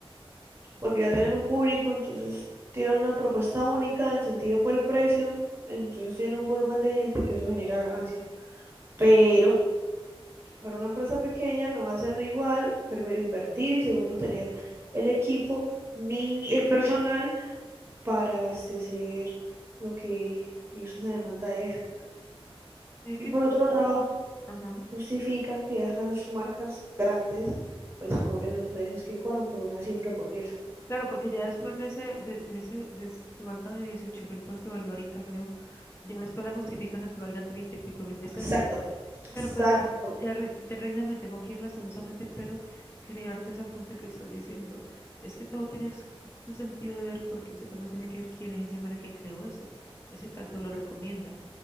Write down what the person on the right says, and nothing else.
porque ya tienen un público, entonces tiran una propuesta única en sentido por el precio, entonces tienen un volumen de gente que eso genera ganancias. Pero para una empresa pequeña no va a ser igual, primero invertir y segundo tener el equipo ni el personal para abastecer lo que es una demanda de esa.
Y
por
otro lado,
justifican que esas marcas grandes pues cobren los precios que cobran por una simple hamburguesa.
Exacto, exacto.